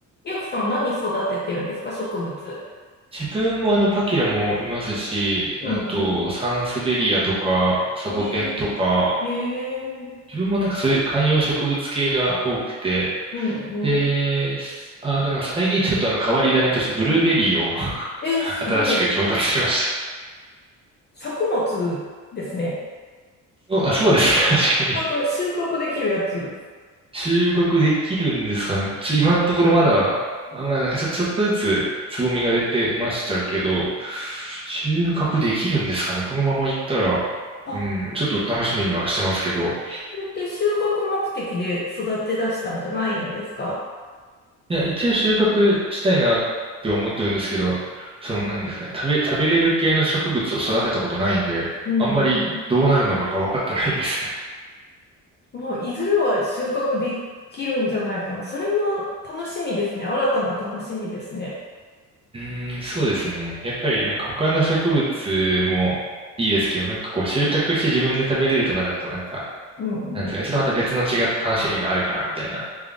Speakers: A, on the left; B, on the right.
A: ゆうきさんは何育ててるんですか、植物。
B: 自分もあの、パキラもいますし、
A: うんうん。
B: あと、サンスベリアとか、サボテンとか、
A: へえええ
B: 自分もなんかそういう観葉植物系が多くて、
A: うんうん。
B: で、あ、あとなんか最近ちょっとあの、変わり種として、ブルーベリーを <laughs>
A: えー、すごい。
B: 新しく調達しました。
A: 作物ですね。
B: そう、あ、そうですね、確かに。
A: ちゃんと収穫できるやつ。
B: 収穫できるんですかね。ちょ、今のところまだ、あ、まあ、なんかちょ、ちょっとずつつぼみが出てましたけど、収穫できるんですかね。このままいったら、
A: あ、
B: うん、ちょっと楽しみにはしてますけど。
A: これって収穫目的で育て出したんじゃないんですか
B: いや、一応収穫したいなって思ってるんですけど、その、なんですかね。食べ、食べれる系の植物を育てたことないんで、
A: うんうん。
B: あんまりどうなるのかが分かってないんですよね。
A: もういずれは収穫できるんじゃないかな。それも楽しみですね。新たな楽しみですね。
B: <laughs> うーん、そうですね。やっぱりなんか他の植物もいいですけど、なんかこう収穫して自分で食べれるとかだとなんか
A: うんうん。
B: なんですかね、ちょっとまた別の違った楽しみがあるかな、みたいな